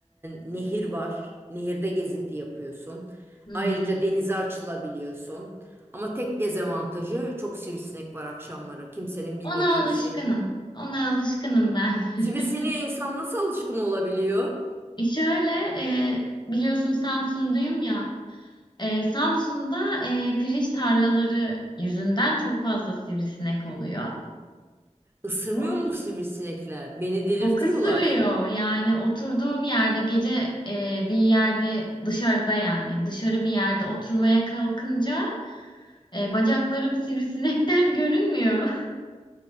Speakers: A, on the right (about 20°); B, on the left (about 35°).
A: nehir var. Nehirde gezinti yapıyorsun.
B: Hı
A: Ayrıca
B: hı.
A: denize açılabiliyorsun. Ama tek dezavantajı çok sivrisinek var akşamları. Kimsenin bilmediği
B: Ona alışkınım.
A: bir şey.
B: Ona alışkınım ben. <laughs>
A: Sivrisineğe insan nasıl alışkın olabiliyor?
B: E Şöyle e, biliyorsun Samsun'dayım ya. E, Samsun'da e, pirinç tarlaları yüzünden çok fazla sivrisinek oluyor.
A: Isırmıyor
B: O
A: mu bu sivrisinekler? Beni delirtiyorlar.
B: Çok ısırıyor. Yani oturduğum yerde gece e, bir yerde dışarıda yani dışarı bir yerde oturmaya kalkınca E, bacaklarım sivrisinekten <laughs> görünmüyor.